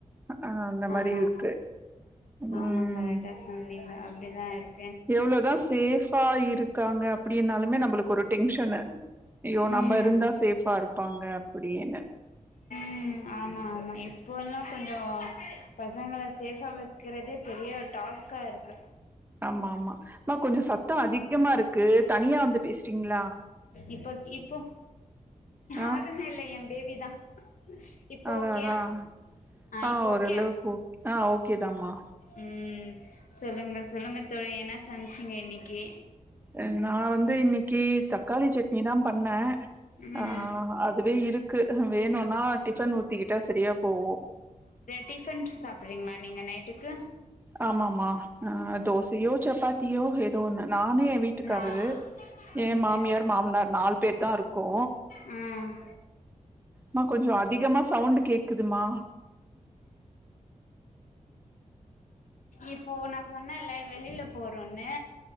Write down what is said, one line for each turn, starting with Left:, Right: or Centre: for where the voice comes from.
Right: க அந்த மாரி
Left: ஆமா
Right: இருக்கு
Left: ஆமா
Right: ம்
Left: ஆமா கரெக்டா சொன்னீங்க அப்டிதா இருக்
Right: எவ்ளோதான் சேஃபா இருக்காங்க அப்படின்னாலுமே நம்பளுக்கு ஒரு டெங் ச் சொன்ன ஐயோ நம்ம
Left: ம்
Right: இருந்தா சேஃபா இருப்பாங்க அப்டின்னு
Left: ம் ஆமா ஆமா எப்போலாம் கொஞ்சோ பசங்கள சேஃபா வைக்கிறதே பெரிய டாஸ்க்க இருக்
Right: ஆமா ஆமா கொஞ்சோ சத்தோ அதிகமா இருக்கு தனியா வந்து பேசுறீங்களா
Left: இப்போ இப்போ
Right: ஆ
Left: ஆருமே இல்லயே என் பேபி தான் இப்போ
Right: அதா
Left: ஓகேயா
Right: அதா ஆ
Left: இப்போ
Right: ஓரளவுக்கு
Left: ஓகேயா
Right: ஓக் ஆ ஓகே தாமா
Left: ம் சொல்லுங்க சொல்லுங்க தோழி என்னா சமச்சிங்க இன்னிக்கி
Right: அ நா வந்து இன்னக்கி தக்காளி சட்னி தா பண்ண
Left: ம்
Right: ஆ அதுவே இருக் க்கு வேணுனா டிஃபன் ஊத்திக்கிட்டா சரியா போவு
Left: டிஃபன்ஸ் சாப்பிட்றீங்கமா நீங்க நைட்டுக்கு
Right: ஆமா ஆமா ஆ தோசயோ சப்பாத்தியோ ஏதோ ஒண்ணு நானு எ வீட்டுக்காரரு
Left: நா
Right: ஏ
Left: ம்
Right: மாமியார் மாமனார் நாலு பேர் தா இருக்கோ
Left: ம்
Right: மா கொஞ்சோ அதிகமா சவுண்ட்டு கேக்குதுமா
Left: இப்போ நா சொன்னேல வெளிலில போறோனு